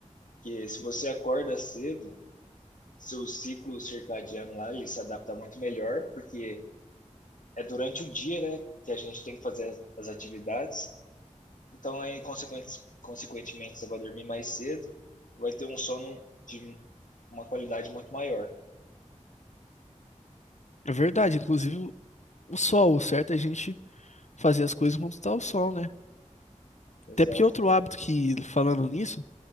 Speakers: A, on the left; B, on the left.
A: Que se você acorda cedo, seu ciclo circadiano lá ele se adapta muito melhor, porque é durante o dia, né, que a gente tem que fazer as atividades. Então, aí, consequentemente consequentemente, você vai dormir mais cedo e vai ter um sono de uma qualidade muito maior.
B: É verdade, inclusive o o sol, o certo é a gente fazer as coisas quando está o sol, né?
A: Exato.
B: Até porque outro hábito que, falando nisso,